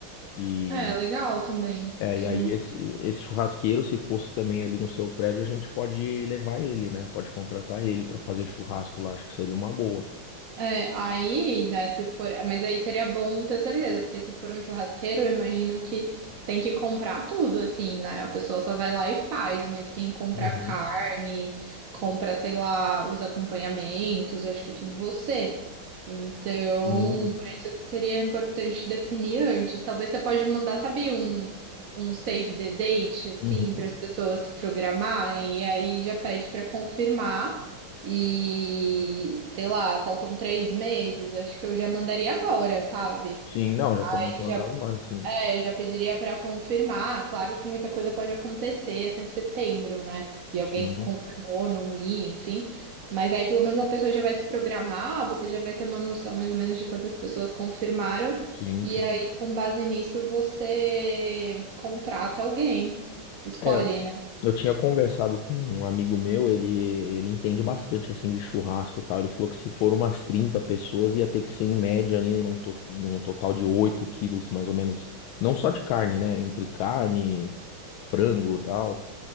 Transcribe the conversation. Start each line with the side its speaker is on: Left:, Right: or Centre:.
Left: E,
Right: É, legal também.
Left: é,
Right: Seria
Left: e aí
Right: uma
Left: esse, esse churrasqueiro, se fosse também ali no seu prédio, a gente pode levar ele, né? Pode contratar ele pra fazer churrasco lá, acho que seria uma boa.
Right: É, aí, né, se for, mas aí seria bom ter certeza, porque se for um churrasqueiro, eu imagino que tem que comprar tudo, assim, né? A pessoa só vai lá e faz, mas quem compra
Left: Uhum.
Right: carne, compra, sei lá, os acompanhamentos, acho que é tudo você. Então,
Left: Sim.
Right: por isso que seria importante definir antes. Talvez você pode mandar, sabe, um, um save the date, assim,
Left: Uhum.
Right: para as pessoas se programarem, e aí já pede para confirmar. E, sei lá, faltam três meses, acho que eu já mandaria agora, sabe?
Left: Sim, não, já
Right: Aí
Left: começa a
Right: já,
Left: andar agora, sim.
Right: é, já pediria para confirmar. Claro que muita coisa pode acontecer até setembro, né? E alguém
Left: Sim,
Right: que confirmou não ir, enfim. Mas aí pelo menos a pessoa já vai se programar, você já vai ter uma noção mais ou menos de quantas pessoas confirmaram.
Left: sim,
Right: E
Left: sim.
Right: aí, com base nisso, você contrata alguém, escolhe,
Left: É,
Right: né?
Left: Eu tinha conversado com um amigo meu, ele, ele entende bastante assim de churrasco e tal. Ele falou que se for umas 30 pessoas, ia ter que ser em média ali num, to- num total de 8 quilos, mais ou menos. Não só de carne, né? Entre carne, frango e tal.